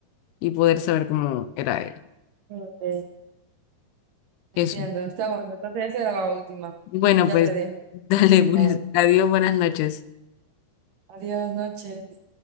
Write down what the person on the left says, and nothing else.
y poder saber cómo era él.
Eso.
Bueno,
pues
<laughs> dale,
pues
adiós, buenas noches.